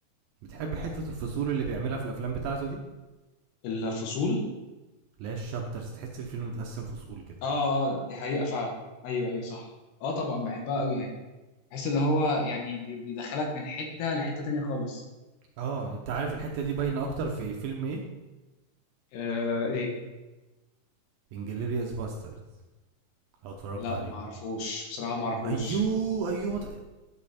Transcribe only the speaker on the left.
الفصول
اه آه، دي حقيقه فعلا ايوه ايوه صح اه طبعا بحبها قوي يعني بحس اللي هو يعني بي- بيدخلك من حته لحته تانية خالص
آه ايه
لا
ما اعرفوش بصراحه ما اعرفوش